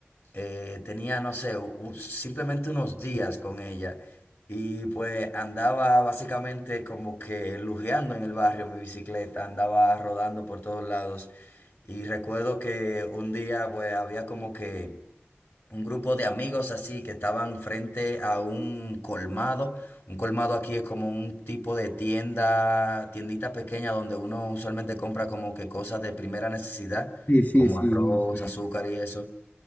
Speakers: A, on the left; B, on the left.
A: eh, tenía, no sé, u- simplemente unos días con ella y pues andaba básicamente como que lujeando en el barrio mi bicicleta, andaba rodando por todos lados y recuerdo que un día pues había como que un grupo de amigos así que estaban frente a un colmado. Un colmado aquí es como un tipo de tienda, tiendita pequeña donde uno usualmente compra como que cosas de primera necesidad,
B: Sí, sí,
A: como
B: sí,
A: arroz,
B: yo sí.
A: azúcar y eso.